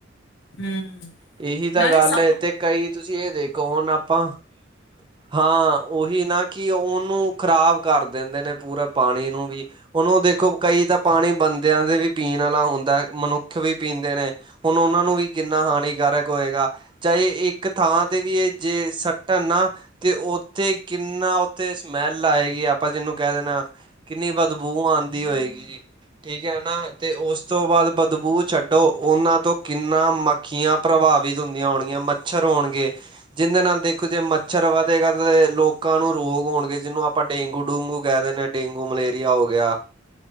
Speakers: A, on the left; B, on the right.
A: ਹੂੰ,
B: ਇਹੀ ਤਾਂ
A: ਨਾਲੇ
B: ਗੱਲ
A: ਸ
B: ਹੈ ਤੇ ਕਈ ਤੁਸੀਂ ਇਹ ਦੇਖੋ, ਹੁਣ ਆਪਾਂ ਹਾਂ ਉਹੀ ਨਾ, ਕਿ ਉਹਨੂੰ ਖ਼ਰਾਬ ਕਰ ਦਿੰਦੇ ਨੇ, ਪੂਰਾ ਪਾਣੀ ਨੂੰ ਵੀ। ਉਹਨੂੰ ਦੇਖੋ, ਕਈ ਤਾਂ ਪਾਣੀ ਬੰਦਿਆਂ ਦੇ ਵੀ ਪੀਣ ਵਾਲਾ ਹੁੰਦਾ, ਮਨੁੱਖ ਵੀ ਪੀਂਦੇ ਨੇ। ਹੁਣ ਉਹਨਾਂ ਨੂੰ ਵੀ ਕਿੰਨਾ ਹਾਨੀਕਾਰਕ ਹੋਏਗਾ। ਚਾਹੇ ਇੱਕ ਥਾਂ ਤੇ ਵੀ ਇਹ ਜੇ ਸੱਟਣ ਨਾ ਤੇ ਉੱਥੇ ਕਿੰਨਾ ਉੱਥੇ ਸਮੈਲ ਆਏਗੀ, ਆਪਾਂ ਜਿਹਨੂੰ ਕਹਿ ਦੇਣਾ ਕਿੰਨੀ ਬਦਬੂ ਆਂਦੀ ਹੋਏਗੀ। ਠੀਕ ਹੈ ਨਾ, ਤੇ ਉਸ ਤੋਂ ਬਾਅਦ ਬਦਬੂ ਛੱਡੋ, ਉਹਨਾਂ ਤੋਂ ਕਿੰਨਾ ਮ ਮੱਖੀਆਂ ਪ੍ਰਭਾਵਿਤ ਹੁੰਦੀਆਂ ਹੋਣਗੀਆਂ, ਮੱਛਰ ਹੋਣਗੇ, ਜਿਹਦੇ ਨਾਲ ਦੇਖੋ ਜੇ ਮੱਛਰ ਵੱਧ ਕਦੇ- ਕਦੇ ਲੋਕਾਂ ਨੂੰ ਰੋਗ ਹੋਣਗੇ, ਜਿਹਨੂੰ ਆਪਾਂ ਡੇਂਗੂ ਡੂੰਗੂ ਕਹਿ ਦਿੰਦੇ ਹਾਂ, ਡੇਂਗੂ ਮਲੇਰੀਆ ਹੋ ਗਿਆ।